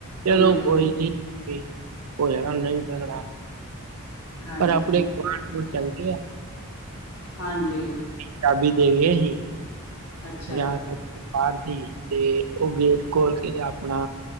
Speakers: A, on the right; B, on the left.
A: ਚਲੋ
B: ਹੂੰ
A: ਕੋਈ ਨੀ। ਵੀ ਹੋ ਜਾਣਾ ਓਨੇ ਵੀ ਤਗੜਾ।
B: ਹਾਂਜੀ
A: ਪਰ ਆਪਣੇ ਗਵਾਂਢ ਗਵੂੰਢ ਚੰਗੇ ਆ।
B: ਹਾਂਜੀ।
A: ਚਾਬੀ ਦੇ ਗੇ ਸੀ।
B: ਅੱਛਾ
A: ਜਾਣ ਬਾਰ ਦੀ ਤੇ ਓ ਗੇਟ ਖੋਲ ਕੇ ਤੇ ਆਪਣਾ